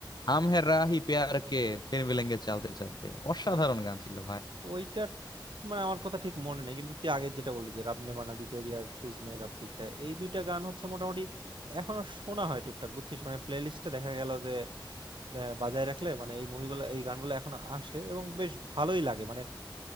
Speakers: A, on the left; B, on the right.
A: হাম হে রাহি প্যার কে ফির মিলেঙ্গে চলতে চলতে অসাধারণ
B: আহ,
A: গান ছিল ভাই
B: ওইটা মানে আমার কথা ঠিক মনে নেই কিন্তু তুই আগে যেটা বললি যে রাবনে বানাদি জোড়ি আর তুজমে রাব দিখতা এই দুইটা গান হচ্ছে মোটামুটি এখনো শোনা হয় টুকটাক বুঝছিস মানে প্লে লিস্টে দেখা গেল যে আহ, বাজায় রাখলে মানে এই মুভিগুলো এই গানগুলো এখন আসে এবং বেশ ভালোই লাগে মানে